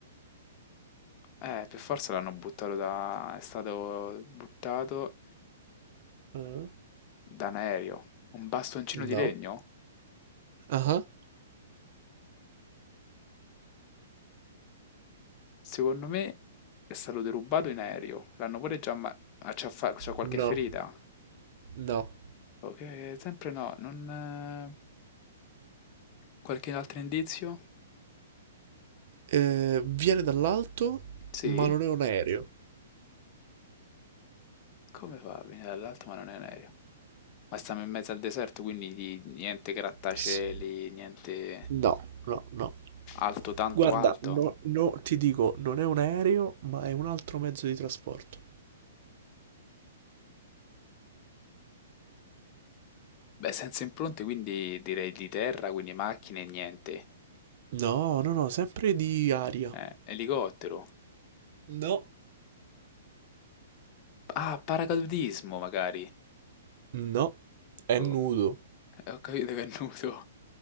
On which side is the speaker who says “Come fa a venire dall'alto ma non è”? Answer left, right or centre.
Left